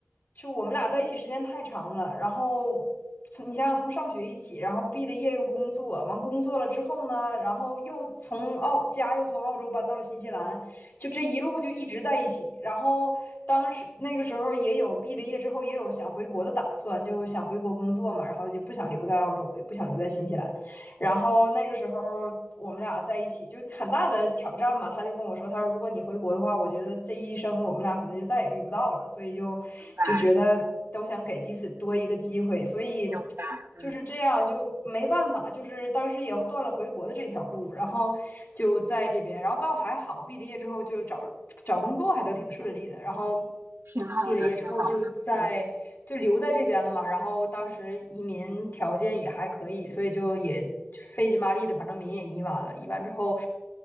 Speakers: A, on the left; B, on the right.
A: 就我们俩在一起时间太长了，然后从你想想从上学一起，然后毕了业又工作，完工作了之后呢，然后又从澳家又从澳洲搬到了新西兰，就这一路就一直在一起，然后当时那个时候也有毕了业之后也有想回国的打算，就想回国工作嘛，然后就不想留在澳洲，也不想留在新西兰。然后那个时候我们俩在一起就很大的挑战嘛，他就跟我说，他说如果你回国的话，我觉得这一生我们俩可能就再也遇不到了，所以就就觉得都想给彼此多一个机会，
B: 明白，
A: 所以
B: 明白，嗯。
A: 就是这样，就没办法，就是当时也断了回国的这条路，然后就在这边，然后倒还好，毕了业之后就找找工作还都挺顺利的，然后
B: 挺好的，
A: 毕了业之后就在就留在这边了嘛，
B: 挺好的，嗯，
A: 然后当时移民条件也还可以，所以就也费劲巴力的，反正民也移完了，移完之后